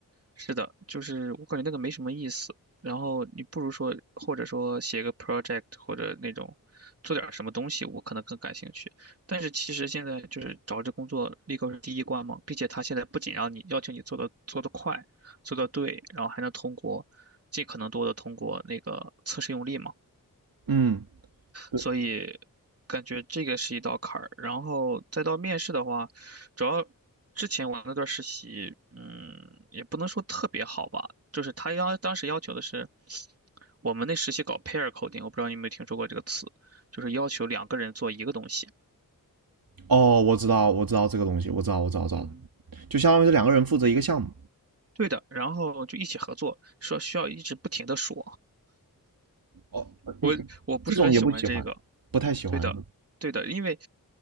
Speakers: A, on the right; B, on the right.
A: 是的，就是我感觉那个没什么意思。然后你不如说，或者说写个 project 或者那种做点儿什么东西，我可能更感兴趣。但是其实现在就是找这工作立刻是第一关嘛，并且他现在不仅让你要求你做的做得快、做得对，然后还能通过尽可能多的通过那个测试用力嘛。
B: 嗯，对，
A: 所以感觉这个是一道坎儿。然后再到面试的话，主要之前我那段实习，嗯，也不能说特别好吧，就是他要当时要求的是，我们那实习搞 pair coding，我不知道你有没有听说过这个词，就是要求两个人做一个东西。
B: 哦，我知道，我知道这个东西，我知道，我知道，我知道，
A: 嗯，
B: 就相当于是两个人负责一个项目。
A: 对的，然后就一起合作，说需要一直不停的说，
B: 哦，呃嗯，
A: 我我不是很喜欢这个，
B: 嗯这种也不喜欢，不太喜欢
A: 对的，对的，因为